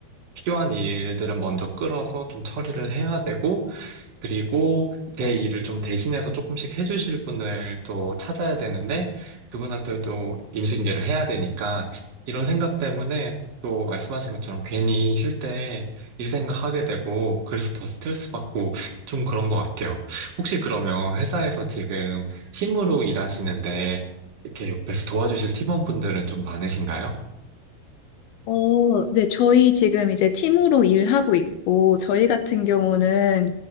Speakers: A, on the right; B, on the left.
A: 필요한 일들은 먼저 끌어서 좀 처리를 해야 되고, 그리고 제 일을 좀 대신해서 조금씩 해주실 분을 또 찾아야 되는데, 그분한테도 임신계를 해야 되니까, 이런 생각 때문에 또 말씀하신 것처럼 괜히 쉴 때 일 생각하게 되고 그래서 더 스트레스 받고 좀 그런 것 같아요. 혹시 그러면 회사에서 지금 팀으로 일하시는데 이렇게 옆에서 도와주실 팀원분들은 좀 많으신가요?
B: 어, 네, 저희 지금 이제 팀으로 일하고 있고, 저희 같은 경우는